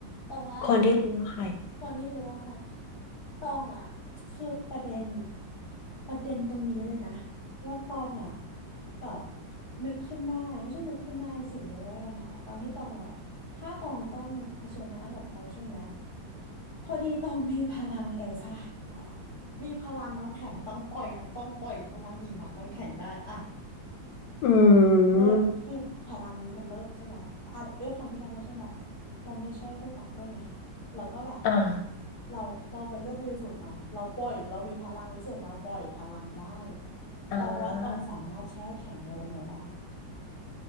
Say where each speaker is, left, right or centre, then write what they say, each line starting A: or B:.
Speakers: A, on the left; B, on the left.
A: ตองว่า
B: คนที่รู้ว่าใคร
A: คนที่รู้ว่าใครตองอ่ะคือประเด็นประเด็นตรงนี้เลยนะว่าตองอ่ะแบบนึกขึ้นได้ไม่ใช่นึกขึ้นได้สิเลยว่ายังไงอ่ะตอนที่ตองแบบถ้าตองต้องเผชิญหน้ากับเขาใช่ไหมพอดีตองมีพลังเอลซ่าตายละมีพลังน้ำแข็งต้องปล่อยนะต้องปล่อยพลังหิมะน้ำแข็งได้อ่ะ
B: อื
A: เลิศคือพลังนี้มันเลิศใช่ไหมอ่ะด้วยความที่เราไม่ใช่แบบ
B: ม
A: เราไม่ใช่พวกมักเกอร์ไงเราก็แบบ
B: อ่า
A: เราเราเป็นเลือดบริสุทธิ์เนาะเราปล่อยเรามีพลังวิเศษเราปล่อยพลังได้
B: อ่
A: ตองว่าตองสามารถแช่แข็งโมเดโมอร์ได้
B: า